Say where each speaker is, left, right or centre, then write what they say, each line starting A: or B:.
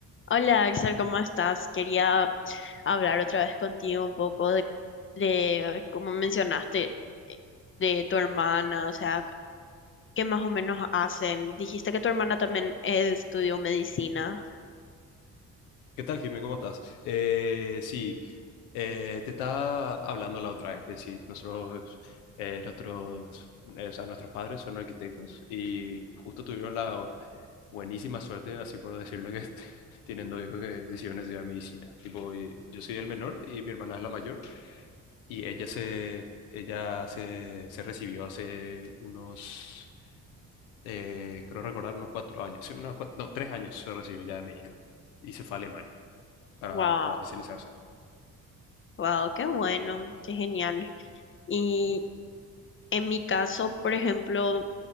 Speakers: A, on the left (about 30°); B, on the left (about 80°).
A: Hola Axel, ¿cómo estás? Quería hablar otra vez contigo un poco de, de como mencionaste, eh, de tu hermana, o sea, qué más o menos hacen. Dijiste que tu hermana también eh, estudió medicina.
B: ¿Qué tal, Jimmy? ¿Cómo estás? Eh, sí, eh, te estaba hablando la otra vez que sí, nosotros, eh, nosotros, eh, o sea, nuestros padres son arquitectos y justo tuvieron la buenísima suerte, así por decirlo, que <laughs> tienen dos hijos que decidieron estudiar medicina. Tipo, y yo soy el menor y mi hermana es la mayor y ella se, ella se, se recibió hace unos, eh, creo recordar, unos cuatro años, sí, unos cua- no, tres años se recibió ya de médica y se fue a Alemania para,
A: Wow,
B: para especializarse.
A: wow, qué bueno, qué genial. Y en mi caso, por ejemplo,